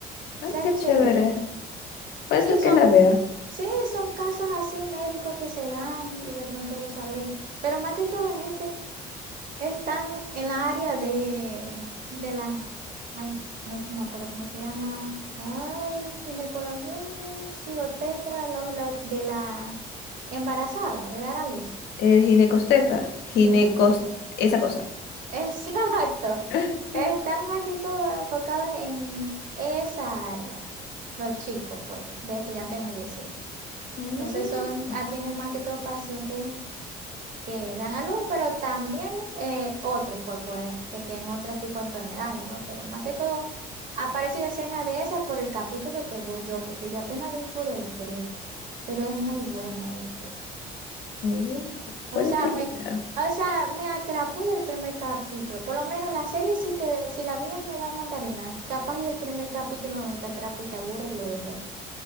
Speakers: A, on the left; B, on the right.
A: ay,
B: O sea, es
A: qué
B: chévere.
A: chévere. Puede
B: Sí,
A: ser que
B: son,
A: la vea.
B: sí, son casos así médicos que se dan y de pronto vos sabéis. Pero más que todo en este, están en la área de, de las, ay, no sé, me acuerdo cómo se llama. Ay, ginecología, no, sí, o tetra, los, los de la embarazada, de dar a luz.
A: El ginecosteta. Ginecos...
B: Chinocote.
A: Esa cosa.
B: <laughs> Exacto.
A: <laughs>
B: Están más que todo enfocados en esa área, los chicos, pues, de estudiantes de medicina.
A: Mm,
B: Entonces son, atienden más que todo pacientes que dan a luz, pero también eh, otros, pues, pues, que tienen otro tipo de enfermedades, ¿no? Pero más que todo, ha aparecido escena de esa por el capítulo que voy yo, porque yo apenas voy por el 3, pero es muy bueno, este.
A: mm,
B: O
A: puede
B: sea,
A: que
B: me,
A: la vea.
B: o sea, me atrapó del primer capítulo. Por lo menos la serie, si, te, si la vida me da mandarina, capaz y el primer capítulo no te atrapa y te aburre y lo dejas ahí.